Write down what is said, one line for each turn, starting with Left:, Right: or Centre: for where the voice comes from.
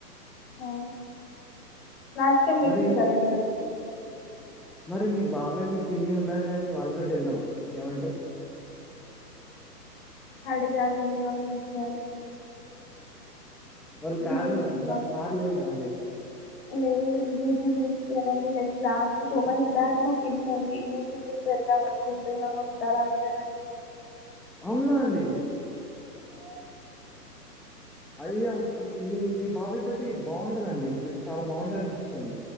Left: అవును. లాస్ట్ టైమ్ మీరు
Centre: మరి
Left: తీసార్ ఎందది
Centre: మరి మీ బాబాయ్, మీ పిన్ని ఉన్నారు కదండి వాళ్ళతోటి వెళ్దామా ఏమంటవు.
Left: అడగాలండి వాళ్ళను ఒక్కసారి
Centre: వాళ్ళు కార్
Left: లీవ్స్
Centre: ఉందండి,
Left: ఇవ్వాలి
Centre: వాళ్ళకు కార్ లేదు కదా అండి.
Left: లేదు డ్యూటీ లీవ్స్ ఇయ్యరండి, like last two months back మా పిన్ని అంది ఊటి ట్రిప్ వెళ్దాం అనుకుంటున్నాము వస్తారా మీరు అని అడిగింది.
Centre: అవునా అండి.
Left: ఆ
Centre: అయ్యా మీ మీ మీ బాబాయ్ తోటి బాగుంటదండి ట్రిప్ చాలా బాగుంటది అనిపిస్తుంది